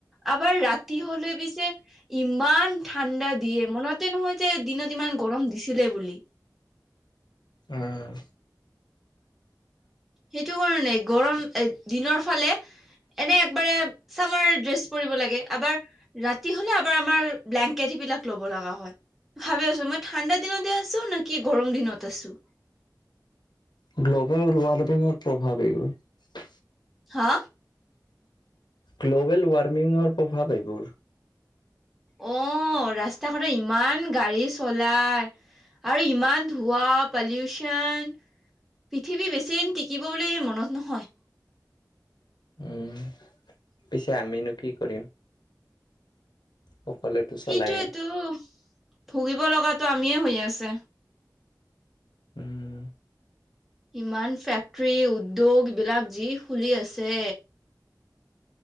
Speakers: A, in the centre; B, on the left (about 85°).
A: আমাৰ ৰাতি হলে পিছে ইমান ঠাণ্ডা দিয়ে মনতে নহয় যে দিনত ইমান গৰম দিছে চিলে বুলি
B: উম
A: সেইটো কাৰণে গৰম এ দিনৰ ফালে এনে একবাৰে চামাৰ ড্ৰেছ পৰিব লাগে আবাৰ ৰাতি হলে আবাৰ আমাৰ ব্লেংকেট বিলাক লব লগা হয় ভাবি আছো মই ঠাণ্ডা দিনতে আছো নে কি গৰম দিনত আছো
B: গ্ল'বেল ৱাৰ্মিঙৰ প্ৰভাৱ এইবোৰ
A: হা
B: গ্ল'বেল ৱাৰ্মিঙৰ প্ৰভাৱ এইবোৰ
A: আহ ৰাস্তা ঘাতত ইমান গাড়ী চলাই আৰু ইমান ধোৱা, পলিউচন পৃথিৱী বেছিদিন টিকিব বুলি মনত নহয়
B: উম, পিছে আমিনো কি কৰিম? সকলেতো চলায়ে
A: সেইটোয়েতো ভুগিব লগাত আমিয়ে হৈ আছে
B: উম।
A: ইমান ফেক্টৰী, উদ্যোগ এইবিলাক যি খুলি আছে।